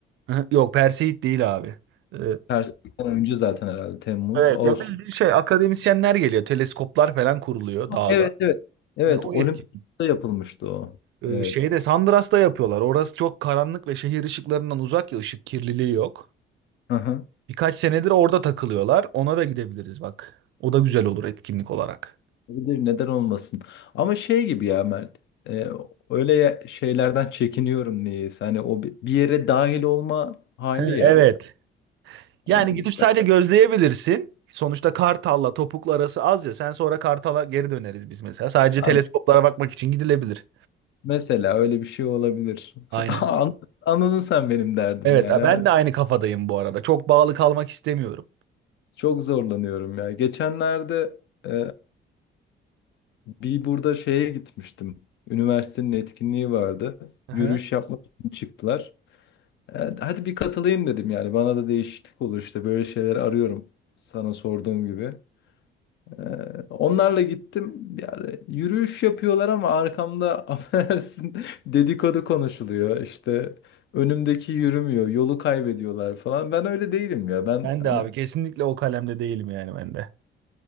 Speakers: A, on the right (about 75°); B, on the left (about 65°).
A: Hı, Yok, Perseid değil abi. Ee,
B: Pers Eğit'ten önce zaten herhalde Temmuz,
A: evet
B: Ağustos.
A: ya bildiğin şey akademisyenler geliyor. Teleskoplar falan kuruluyor dağda.
B: Evet evet. Evet
A: Ha, o
B: Olimpos'ta
A: etki.
B: yapılmıştı o.
A: Ee,
B: Evet.
A: şeyde Sandras'ta yapıyorlar. Orası çok karanlık ve şehir ışıklarından uzak ya ışık kirliliği yok.
B: Hı hı.
A: Birkaç senedir orada takılıyorlar. Ona da gidebiliriz bak. O da güzel olur etkinlik olarak.
B: Olabilir, neden olmasın. Ama şey gibi ya Mert. e, öyle ya- şeylerden çekiniyorum niyeyse. Hani o bi- bir yere dahil olma hali
A: He, evet.
B: ya.
A: Yani
B: Hani
A: gidip sadece
B: ben-
A: gözleyebilirsin. Sonuçta Kartal'la Topuklu arası az ya. Sen sonra Kartal'a geri döneriz biz mesela. Sadece
B: tamam,
A: teleskoplara bakmak için gidilebilir.
B: mesela öyle bir şey olabilir.
A: Aynen.
B: <laughs> An- Anladın sen benim derdim
A: Evet,
B: yani. Ha,
A: ben de aynı kafadayım bu arada. Çok bağlı kalmak istemiyorum.
B: Çok zorlanıyorum ya. Geçenlerde e, Bir burada şeye gitmiştim. Üniversitenin etkinliği vardı.
A: Aha.
B: Yürüyüş yapmak için çıktılar. E, hadi bir katılayım dedim yani. Bana da değişiklik olur işte. Böyle şeyler arıyorum. Sana sorduğum gibi. E, onlarla gittim. Yani yürüyüş yapıyorlar ama arkamda <laughs> affedersin dedikodu konuşuluyor. İşte önümdeki yürümüyor. Yolu kaybediyorlar falan. Ben öyle değilim ya. Ben
A: Ben
B: hani
A: de abi kesinlikle o kalemde değilim yani ben de.